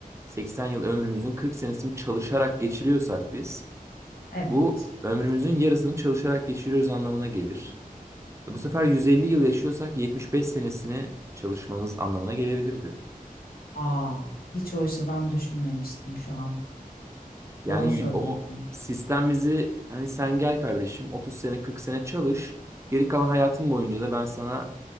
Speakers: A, on the right; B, on the left.
A: 80 yıl ömrümüzün 40 senesini çalışarak geçiriyorsak biz
B: evet.
A: bu ömrümüzün yarısını çalışarak geçiriyoruz anlamına gelir. Bu sefer 150 yıl yaşıyorsak 75 senesini çalışmamız anlamına gelebilirdi.
B: A! Hiç o açıdan düşünmemiştim şu an.
A: Yani
B: Doğru söylüyorsun.
A: y- o sistem bizi hani sen gel kardeşim 30 sene 40 sene çalış geri kalan hayatın boyunca da ben sana